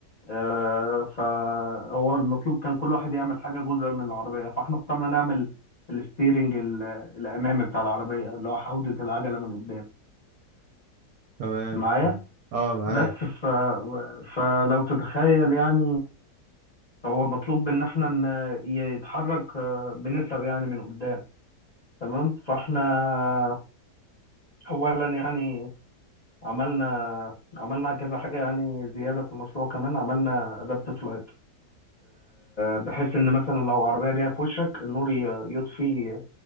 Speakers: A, on the left; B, on the right.
A: أه فهو المطلوب كان كل واحد يعمل حاجة جزء من العربية فاحنا اخترنا نعمل الستيرنج ال- الأمامي بتاع العربية اللي هو حوضة العجلة من قدام
B: تمام
A: معايا
B: اه معاك
A: بس ف... فلو تتخيل يعني هو مطلوب ان احنا ن- يتحرك آه، بنسب يعني من قدام تمام فاحنا اولا يعني عملنا عملنا كذا حاجه يعني زياده في المشروع كمان عملنا ادابتيف لايت بحيث ان مثلا لو عربيه جايه في وشك النور ي- يطفي